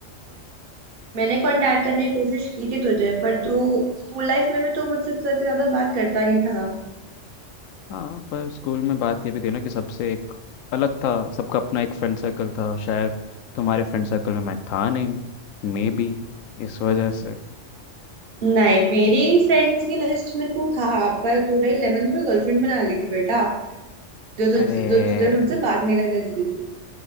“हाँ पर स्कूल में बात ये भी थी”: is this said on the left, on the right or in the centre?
Left